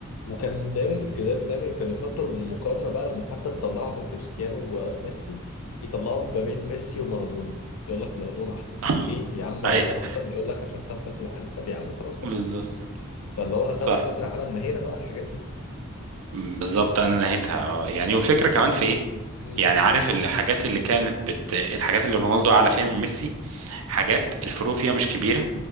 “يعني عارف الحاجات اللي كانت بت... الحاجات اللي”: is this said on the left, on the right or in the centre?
Right